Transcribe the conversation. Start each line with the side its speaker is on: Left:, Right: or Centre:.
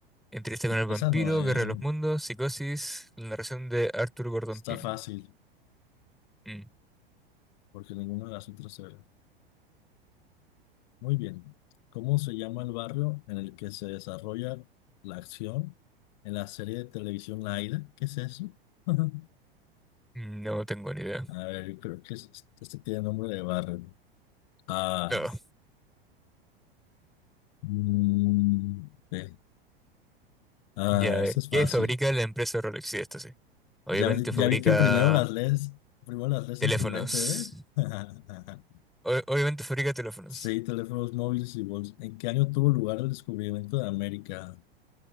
Centre: Entrevista con el vampiro,
Left: Esa no, eh.
Centre: Guerra de los Mundos, Psicosis, la narración de Arthur Gordon
Left: Está
Centre: Pym.
Left: fácil,
Centre: Mm,
Left: porque ninguna de las otras era. Muy bien. ¿Cómo se llama el barrio en el que se desarrolla la acción en la serie de televisión La Aida? ¿Qué es eso? <laughs>
Centre: no tengo ni idea.
Left: A ver, yo creo que es- este tiene nombre de barrio. ah
Centre: No.
Left: Mm, ve. Ah,
Centre: Ya, a ver,
Left: eso es
Centre: ¿qué
Left: fácil.
Centre: fabrica la empresa Rolex? Sí, esto sí. Obviamente
Left: Ya, vi-
Centre: fabrica
Left: ya vi que primero las lees, primero las lees
Centre: teléfonos.
Left: en tu mente, ¿eh? <laughs>
Centre: O- obviamente fabrica teléfonos.
Left: Sí, teléfonos móviles y bolsas. ¿En qué año tuvo lugar el descubrimiento de América?